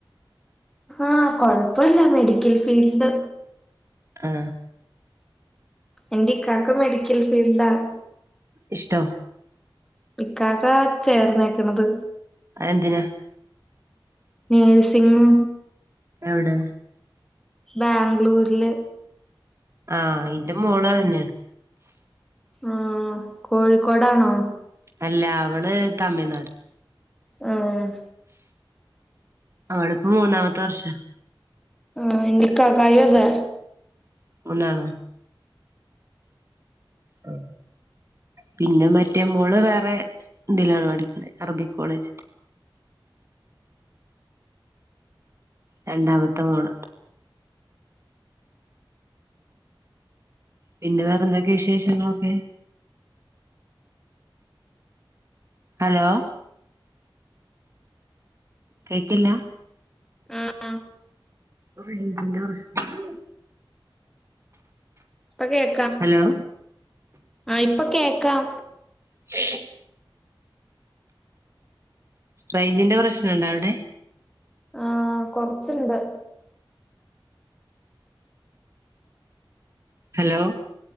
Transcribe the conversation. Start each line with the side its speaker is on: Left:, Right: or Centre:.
Centre: ആ കൊഴപ്പില്ല മെഡിക്കൽ ഫീൽഡ്
Right: ആ
Centre: എൻ്റെ ഇക്കാക്ക് മെഡിക്കൽ ഫീൽഡാണ്.
Right: ഇഷ്ടോ
Centre: ഇക്കാക്ക ചേർന്നേക്കണത്.
Right: അതെന്തിനാ?
Centre: നേഴ്സിംഗും
Right: എവടെ?
Centre: ബാംഗ്ലൂരില്.
Right: ആഹ് ഇന്റെ മോളും അതന്നെയാണ്.
Centre: ആ കോഴിക്കോടാണോ?
Right: അല്ല അവള് തമിഴ്നാട്.
Centre: ആഹ
Right: അവളിപ്പോ മൂന്നാമത്തെ വർഷാ
Centre: ആ എന്റെ ഇകാക്കയും അതെ.
Right: ഒന്നാണോ? ആഹ പിന്നെ മറ്റേ മോള് വേറെ ഇതിലാണ് പഠിക്കണ്. അറബിക് കോളേജ് രണ്ടാമത്തെ മോള്. പിന്നെ വേറെ എന്തൊക്കെ വിശേഷങ്ങളൊക്കെ? ഹലോ കേക്കില്ലാ.
Centre: ആ ആ
Right: റെയ്ഞ്ചിന്റെ പ്രശ്നല്ലെ
Centre: ഇപ്പൊ കേൾക്കാം.
Right: ഹലോ
Centre: ആ ഇപ്പൊ കേക്കാം.
Right: ഉ <unintelligible> റേഞ്ചിന്റെ പ്രശ്നംണ്ടോ അവിടെ?
Centre: ആ കൊറച്ച്ണ്ട്.
Right: ഹലോ